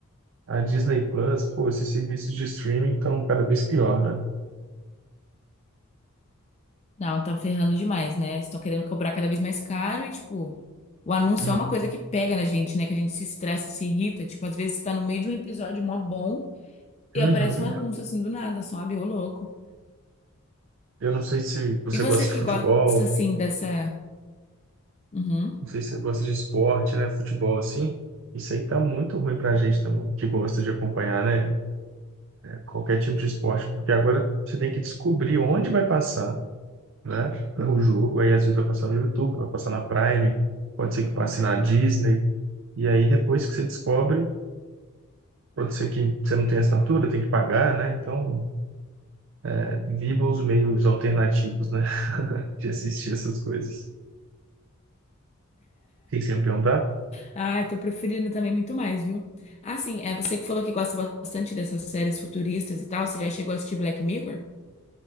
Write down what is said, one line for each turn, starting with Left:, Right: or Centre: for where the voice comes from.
Right: A Disney Plus, pô, esses serviços de streaming estão cada vez pior, né?
Left: Não, tá ferrando demais, né? Estão querendo cobrar cada vez mais caro e, tipo, o anúncio
Right: Não-
Left: é uma coisa que pega na gente, né? Que a gente se estressa, se irrita. Tipo, às vezes você tá no meio de um episódio mó bom e
Right: Uhum.
Left: aparece um anúncio assim do nada, sabe? Ô louco.
Right: Eu não sei se você
Left: E você
Right: gosta de
Left: que
Right: futebol,
Left: gosta, assim, dessa. Uhum.
Right: não sei se você gosta de esporte, né? Futebol assim. Isso aí tá muito ruim pra gente também, que gosta de acompanhar, né? Qualquer tipo de esporte, porque agora você tem que descobrir onde vai passar, né? O jogo, aí às vezes vai passar no YouTube, vai passar na Prime, pode ser que passe na Disney. E aí depois que você descobre, pode ser que você não tenha assinatura, tem que pagar, né? Então, é, viva os meios alternativos, né? <laughs> De assistir essas coisas. O que que você ia me perguntar?
Left: Ah, eu tô preferindo também muito mais, viu? Ah, sim, é você que falou que gosta bastante dessas séries futuristas e tal. Você já chegou a assistir Black Mirror?